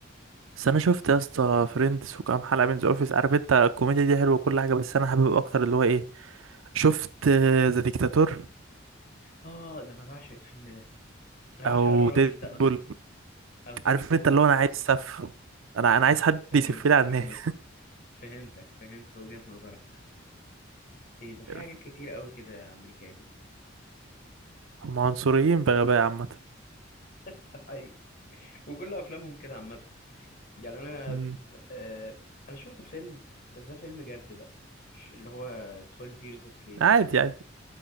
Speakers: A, on the right; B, on the left.
A: بس انا شفت يا اسطى فريندز وكام حلقه من ذا اوفيس عارف انت الكوميديا دي حلوه وكل حاجه بس انا حابب اكتر اللي هو ايه شفت ذا ديكتاتور
B: اه ده انا بعشق الفيلم ده انا بعشق
A: او
B: الراجل
A: ديدبول
B: ده اصلا او ديدبول
A: عارف انت اللي هو انا عايز سف انا انا عايز حد
B: فهمتك
A: يسف لي على الناس
B: عامة فهمتك فهمت وجهة نظرك ايه ده في
A: <laughs>
B: حاجات كتير قوي كده يا امريكاني
A: هم عنصريين بغباء عامة
B: <laughs> ده حقيقي وكل افلامهم كده عامة يعني انا
A: مم.
B: آه انا شفت فيلم بس ده فيلم جد بقى مش اللي هو 12
A: عادي
B: years a slave
A: عادي